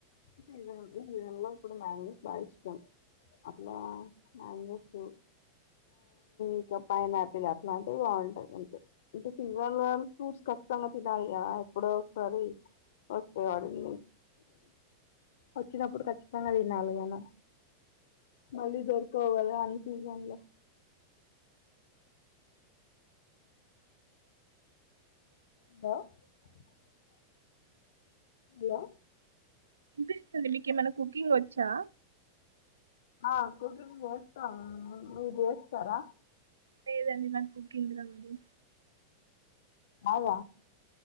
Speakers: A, on the left; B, on the right.
A: సీజన్ ఈ సీజన్ లో ఇప్పుడు మ్యాంగోస్ బాగా ఇష్టం అట్లా మ్యాంగోస్ ఇంకా పైనాపిల్ అట్లా అంటవి బాగుంటాయి అంతే అంటే సీజన్ లో ఫ్రూట్స్ ఖచ్చితంగా తినాలి కదా ఎప్పుడో ఒకసారి వస్తేవాడివి వచ్చినప్పుడు ఖచ్చితంగా తినాలిగాన మళ్ళీ దొరుకవు కదా అన్ని సీజన్ లో <unintelligible> హలో.
B: <unintelligible> మీకు ఏమైనా కుకింగ్ వచ్చా
A: ఆ కుకింగ్ చేస్తాం మీరు చేస్తారా
B: లేదండి నాకు కుకింగ్ రాదు
A: రధ